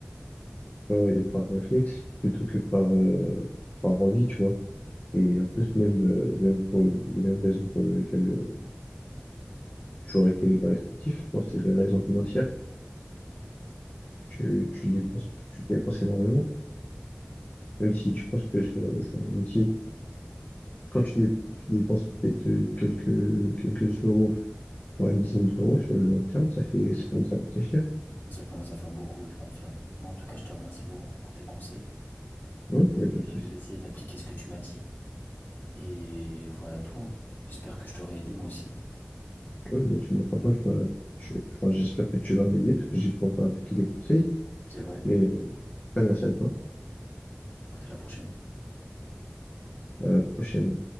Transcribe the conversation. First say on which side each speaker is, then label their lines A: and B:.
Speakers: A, on the left; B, on the left.
A: euh, et par réflexe plutôt que par, euh, par envie, tu vois. Et en plus, même, euh, même pour les mêmes raisons pour lesquelles euh, tu aurais été les paris sportifs, je pense que c'est les raisons financières. Tu, tu dépenses, tu dépenses énormément, même si tu penses que sur, enfin, même si Quand tu dépenses, tu dépenses peut-être euh, quelques, quelques euros, voire une dizaine d'euros sur le long terme, ça fait, ça commence à coûter cher.
B: Ça commence à faire beaucoup, et je confirme. Mais en tout cas, je te remercie beaucoup pour tes conseils.
A: Il n'y a pas de souci.
B: Et Je vais essayer d'appliquer ce que tu m'as dit. Et voilà tout, hein. J'espère que je t'aurai aidé moi aussi.
A: Ouais, bah, tu, me- franchement, tu m'as- tu- enfin, j'espère que tu vas m'aider parce que j'ai pas encore appliqué les conseils.
B: C'est vrai.
A: Mais euh, en tout cas, merci à toi.
B: Écoute, à la prochaine.
A: À la prochaine.